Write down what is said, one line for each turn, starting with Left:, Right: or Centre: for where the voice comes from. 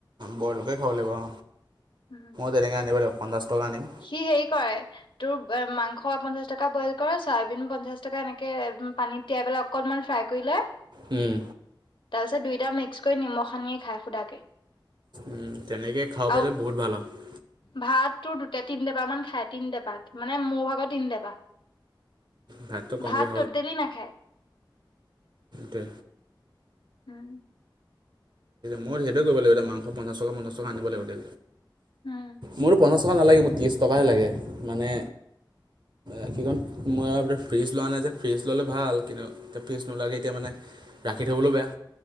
Right: বইলকে খাব লাগিব অ'।
Left: খায়।
Right: তেনেকৈ আনিব লাগিব পঞ্চাছ টকা আনিম।
Left: সি হেৰি কৰে তোৰ মাংস পঞ্চাশ টকা বইল কৰ, চয়াবিন পঞ্চাশ টকা এনেকে পানীত তিয়াই পেলাই অকণমান ফ্ৰাই কৰি লৈ
Right: উম।
Left: তাৰপিছত দুইটা মিক্স কৰি নিমখ খানিয়ে খাই সুদাকে।
Right: উম, তেনেকে খাাব
Left: আৰু
Right: পাৰিলে বহুত ভাল আৰু।
Left: ভাত তোৰ দুটে তিন টেপা মান খাই তিনি টেপা মানে মোৰ ভাগৰ তিনটেপা।
Right: ভাতটো কমকৈ
Left: ভাত ট'টেলি নাখায়।
Right: তে
Left: উম।
Right: মই সেইটোয়ে কৰিব লাগিব মাংস পঞ্চাশ টকা, পঞ্চশ টকা আনিব লাগিব তে,
Left: উম
Right: মোৰো পঞ্চাছ টকা নালাগে মোক ত্ৰিছ টকাহে লাগে মানে একীখন মই ফ্ৰিজ লোৱা নাই যে ফ্ৰিজ ল'লে ভাল কিন্তু এতিয়া ফিজ নোলোৱাকে এতিয়া মানে ৰাখি থ'বলৈও বেয়া।